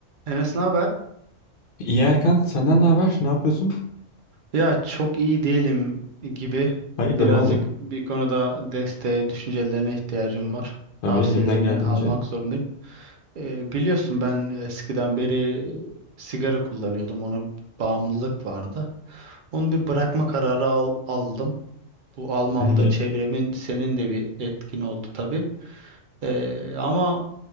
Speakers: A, on the right (about 55°); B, on the left (about 60°).
A: Enes ne haber?
B: İyi Erkan, senden ne haber? Ne yapıyorsun?
A: Ya çok iyi değilim gibi
B: Hayırdır,
A: birazcık
B: ne oldu?
A: bir konuda desteğe, düşüncelerine ihtiyacım var.
B: Tabii
A: Tavsiyelerini
B: elimden geldiğince.
A: almak zorundayım. Ee, biliyorsun ben eskiden beri sigara kullanıyordum. Ona bağımlılık vardı. Onu bir bırakma kararı al- aldım. Bu almamda
B: Yani
A: çevremin senin de bir etkin oldu tabii. Ee, ama